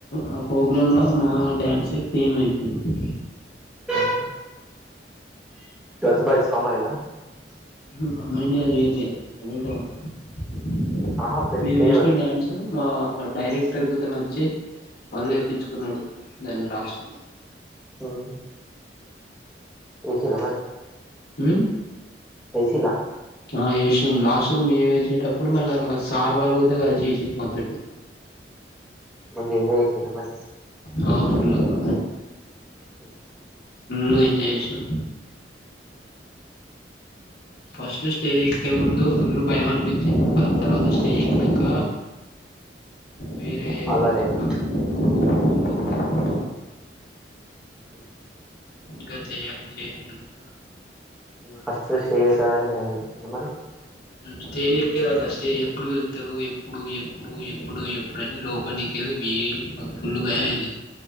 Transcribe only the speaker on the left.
ఆ ప్రోగ్రామ్ లో మన డ్యాన్సే ఫేమ్ అయిపోయింది
ఒక మైనార్న్ <unintelligible>
మేము
వేసిన డ్యాన్సు మా డైరెక్టర్ గుత నచ్చి మళ్ళ వేయిపించుకునడు నేను లాస్ట్
ఉమ్
ఆ వేస్ లాస్ట్గా మేము వేసేటప్పుడు మళ్ళీ సార్ వాళ్ళు కూడా కలిసి వేసిరు మాతోటి
ఆ ఫుల్గా
మంచిగా వేసినం ఫస్ట్ స్టేజ్ ఎక్కే ముందు ఫుల్ భయం అనిపించింది తర్వాత స్టేజ్ ఎక్కినాక వేరే
ఊపు వత్తాంది ఊపు ఊపు వత్తాంది
ఇంకా చేయాలి చేయాలి అనిపితాం
స్టేజ్ ఎక్కేదాకా స్టేజ్ ఎప్పుడు వెళ్తారు ఎప్పుడు ఎప్పుడు ఎప్పుడు ఎప్పుడుని లోపలి వి ఫుల్ భయమైంది